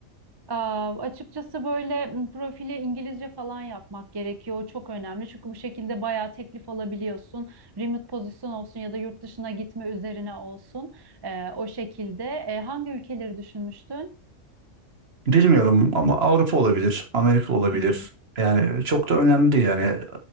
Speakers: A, on the right; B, on the right.
A: Aa, açıkçası böyle m, profili İngilizce falan yapmak gerekiyor. O çok önemli. Çünkü bu şekilde bayağı teklif alabiliyorsun. Remote pozisyon olsun ya da yurt dışına gitme üzerine olsun. Ee, o şekilde. Ee, hangi ülkeleri düşünmüştün?
B: Bilmiyorum ama Avrupa olabilir, Amerika olabilir.
A: Hı hı.
B: Yani çok da önemli değil. Yani